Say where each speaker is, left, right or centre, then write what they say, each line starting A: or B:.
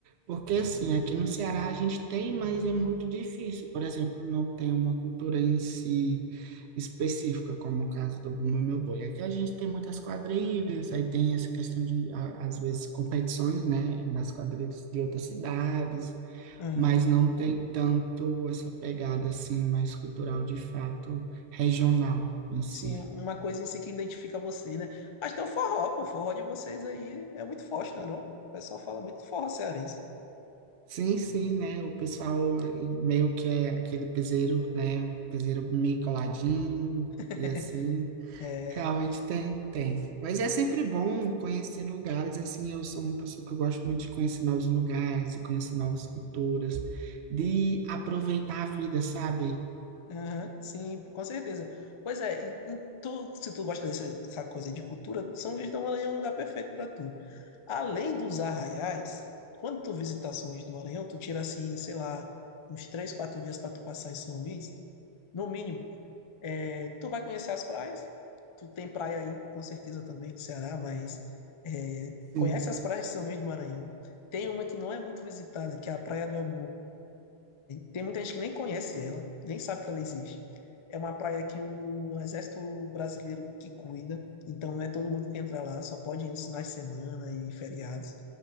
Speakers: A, on the right; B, on the left.
A: Porque, assim, aqui no Ceará a gente tem, mas é muito difícil. Por exemplo, não tem uma cultura em si específica, como o caso do Bumba Meu Boi. Aqui a gente tem muitas quadrilhas, aí tem essa questão de, a- às vezes, competições, né, das quadrilhas de outras cidades,
B: Aham.
A: mas não tem tanto essa pegada, assim, mais cultural, de fato, regional em si.
B: Sim, uma coisa em si que identifica vocês, né? Mas tem o forró, pô. O forró de vocês aí é muito forte, não é não? O pessoal fala muito do forró cearense.
A: Sim, sim, né? O pessoal eh, meio que é aquele piseiro, né? O piseiro meio coladinho
B: <laughs>
A: e assim.
B: É,
A: Realmente tem, tem. Mas é sempre bom conhecer lugares, assim. Eu sou uma pessoa que eu gosto muito de conhecer novos lugares, de conhecer novas culturas, de aproveitar a vida, sabe?
B: aham, sim, com certeza. Pois é, e- e tu, se tu gosta dessa dessa coisa de cultura, São Luís do Maranhão é um lugar perfeito para tu. Além dos arraiais, quando tu visitar São Luís do Maranhão, tu tira assim, sei lá, uns três, quatro dias para tu passar em São Luís, no mínimo. É, tu vai conhecer as praias. Tu tem praia aí, com certeza também, do Ceará, mas é,
A: Sim.
B: conhece as praias de São Luís do Maranhão. Tem uma que não é muito visitada, que é a Praia do Amor. Tem muita gente que nem conhece ela, nem sabe que ela existe. É uma praia que o Exército Brasileiro que cuida, então não é todo mundo que entra lá, só pode ir nos finais de semana e feriados.